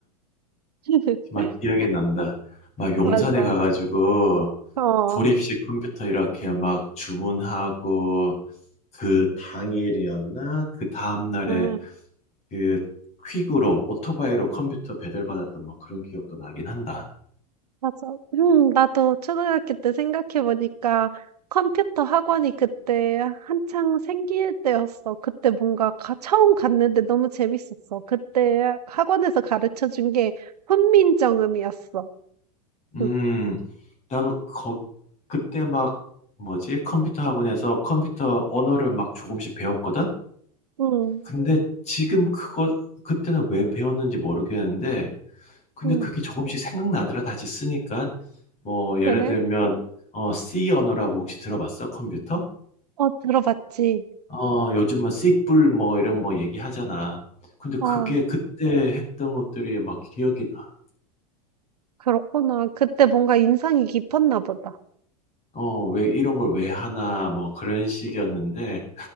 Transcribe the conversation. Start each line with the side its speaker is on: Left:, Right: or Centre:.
Right: <laughs>
Left: 막 기억이 난다. 막 용산에
Right: 맞아.
Left: 가가지고
Right: 어.
Left: 조립식 컴퓨터 이렇게 막 주문하고, 그 당일이었나? 그 다음날에
Right: 음.
Left: 그 퀵으로 오토바이로 컴퓨터 배달 받았던 막 그런 기억도 나긴 한다.
Right: 맞아. 음 나도 초등학교 때 생각해 보니까 컴퓨터 학원이 그때 한창 생길 때였어. 그때 뭔가 가, 처음 갔는데 너무 재밌었어. 그때 학원에서 가르쳐 준 게 훈민정음이었어.
Left: 음,
Right: 응,
Left: 나도 거, 그때 막 뭐지? 컴퓨터 학원에서 컴퓨터 언어를 막 조금씩 배웠거든?
Right: 응,
Left: 근데 음. 지금 그거, 그때는 왜 배웠는지 모르겠는데, 근데
Right: 응.
Left: 그게 조금씩 생각나더라. 다시 쓰니까. 뭐,
Right: 그래?
Left: 예를 들면, 어, C 언어라고 혹시 들어봤어? 컴퓨터?
Right: 어, 들어봤지.
Left: 어, 요즘은 C뿔 뭐 이런 뭐 얘기하잖아. 근데
Right: 어,
Left: 그게 그때 했던 것들이 막 기억이 나.
Right: 그렇구나. 그때 뭔가 인상이 깊었나 보다.
Left: 어, 왜 이런 걸 왜 하나, 뭐 그런 식이었는데,